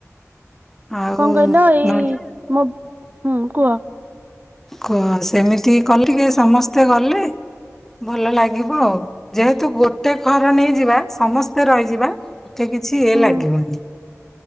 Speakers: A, in the centre; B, on the right.
A: ଆଉ
B: କଣ କହିଲ, ଏଇ
A: ନହେଲେ
B: ମୋ ହୁଁ କୁହ?
A: କୁହ ସେମିତି କଲେ ଟିକେ ସମସ୍ତେ ଗଲେ ଭଲ ଲାଗିବ ଆଉ ଯେହେତୁ ଗୋଟେ ଘର ନେଇଯିବା ସମସ୍ତେ ରହିଯିବା। ଏତେ କିଛି ଇଏ
B: ହୁଁ।
A: ଲାଗିବନି।